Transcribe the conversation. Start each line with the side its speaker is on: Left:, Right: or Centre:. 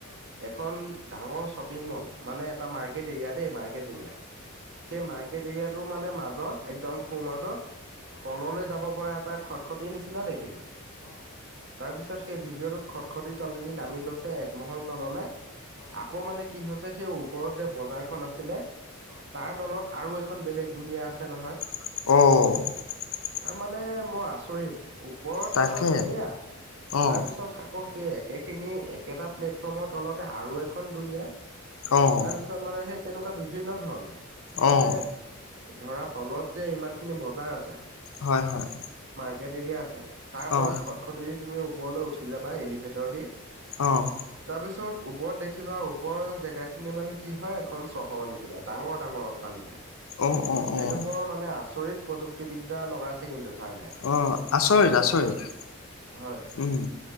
Right: এখন ডাঙৰ শ্বপিং মল। মানে এটা মাৰ্কেট এৰিয়া দে মাৰ্কেট এৰিয়া, সেই মাৰ্কেট এৰিয়াটোৰ মানে মাজত একদম সো মাজত তললৈ যাব পৰা এটা খটখটি নিচিনা দেখিলো। তাৰপিছত সেই ভিডিঅ'টোত খটখটী তলেদি নামি গৈছে একমহল তললে। আকৌ মানে কি হৈছে সেই ওপৰত যে বজাৰ খন আছিলে, তাৰ তলত আৰু খন বেলেগ ধুনীয়া আছে নহয়।
Left: অ',
Right: তাৰ মানে মই আচৰিত ওপৰত
Left: তাকে
Right: এখন দুনীয়া,
Left: অঁ
Right: তাৰপিছত আকৌ সে একেখিনি একেটা প্লেটফৰ্মৰ তলতে আৰু এখন দুনীয়া
Left: অঁ
Right: তাৰপিছত মানে সেই তেনেকুৱা বিভিন্ন ধৰণৰ, মানে,
Left: অঁ
Right: ধৰা তলত যে ইমানখিনি বজাৰ আছে।
Left: হয়, হয়,
Right: গেট এৰিয়া আছে তাৰ
Left: অঁ
Right: পৰা খটখটি দি তুমি ওপৰলৈ উঠি যাবা এলিভেটৰ দি
Left: অঁ
Right: তাৰপিছত ওপৰত দেখিবা ওপৰৰ জেগাখিনি মানে কি হয় এখন চহৰ নিচিনা, ডাঙৰ-ডাঙৰ অট্টালিকা।
Left: অঁ অঁ
Right: সেইডখৰ
Left: অঁ
Right: মানুহে আচৰিত প্ৰযুক্তিবিদ্যা লগাইছে কিন্তু। চাইনাই
Left: অ', আচৰিত আচৰিত,
Right: হয়
Left: উম,